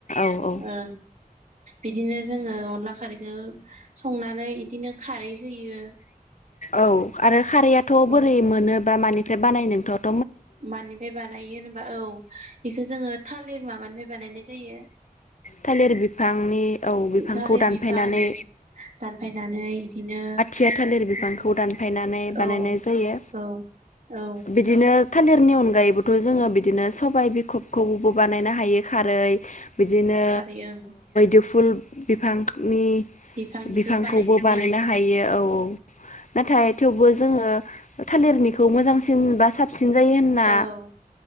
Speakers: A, on the left; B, on the right.
A: औ
B: ओ बिदिनो जोङो अनला खारैखौ संनानै इदिनो खारै होयो।
A: औ आरो खारैयाथ'
B: औ
A: बोरै मोनोबा मानिफ्राय बानाय नोंथ'
B: मानिफाय बानायो होनबा औ बेखौ जोङो थालिर माबानिफ्राय बानायनाय जायो।
A: थालिर बिफांनि औ
B: <unintelligible>
A: बिफांखौ
B: ओम थालिर
A: दानफायनानै
B: बिफां दानफायनानै इदिनो
A: खुथिया थालिर बिफांखौ
B: जोङो
A: दानफायनानै बानायनाय
B: औ
A: जायो
B: औ औ
A: बिदिनो- थालिरनि अनगायैबोथ' जोङो बिदिनो सबाय बिखबखौबो बानायनो हायो। खारै बिदिनो
B: जायो ओं
A: बे फुल बिफांखोनि
B: बिफांनिखौ
A: बिफांखौबो
B: बानायनाय
A: बानायनो
B: जायो
A: हायो औ औ नाथाय थेवबो जोङो थालिरनिखौ मोजांसिन बा साबसिन जायो होनना
B: औ